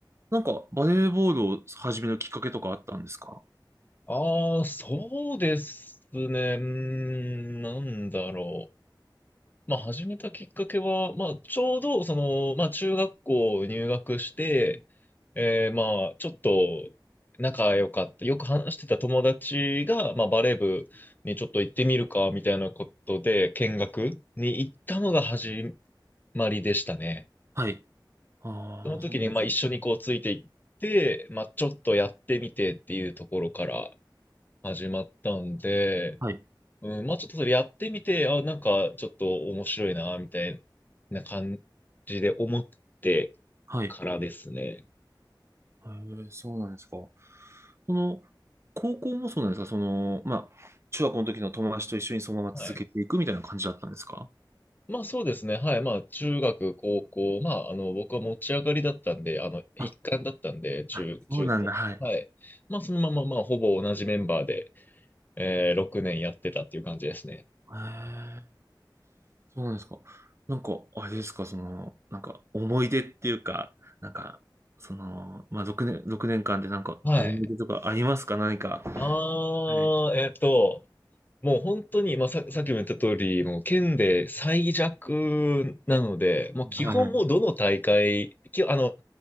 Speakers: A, on the right; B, on the left.
A: なんか、バレーボールを始めるきっかけとかあったんですか
B: ああ、そうですね。うーん、なんだろう。まあ、始めたきっかけは、まあ、ちょうど、その、まあ、中学校入学して、えー、まあ、ちょっと仲良かった、よく話してた友達が、まあ、バレー部にちょっと行ってみるか、みたいなことで、見学に行ったのが始まりでしたね。
A: はい。ああ、
B: その時に、
A: そうなんですね。
B: まあ、一緒にこう、ついていって、まあ、ちょっとやってみてっていうところから始まったんで、
A: はい。
B: うん、まあちょっとそれやってみて、あ、なんかちょっと面白いな、みたいな感じで思って
A: はい。
B: からですね。
A: へえ、そうなんですか。その、高校もそうなんですかその、まあ、中学校の時の友達と一緒にそのまま続けていくみたいな感じだったんですか
B: はい。まあそうですね。はい。まあ中学、高校、まああの僕は持ち上がりだったんで、あの一貫だったんで、
A: あ、
B: 中、
A: あそうなんだ。
B: 中高。
A: はい。へ
B: はい。まあそのまままあほぼ同じメンバーで、えー、6年やってたっていう感じですね。
A: え、そうなんですか。なんか、あれですか、その、なんか、思い出っていうか、なんか、その、まあ、6年、六年間でなんか、
B: はい。
A: 思い出とかありますか何か。
B: ああ、
A: はい。
B: えっと、もう本当に、まあ、さ、さっきも言った通り、もう県で最弱なので、もう基本もうどの大会、
A: はい。
B: き、あの、